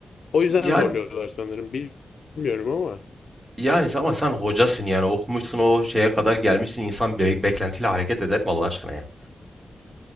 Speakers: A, on the left; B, on the right.
A: O yüzden
B: Yani,
A: zorluyorlar sanırım. Bil- Bilmiyorum ama.
B: yani sen- ama sen hocasın yani okumuşsun o şeye kadar gelmişsin insan be- beklentiyle hareket eder mi Allah aşkına ya?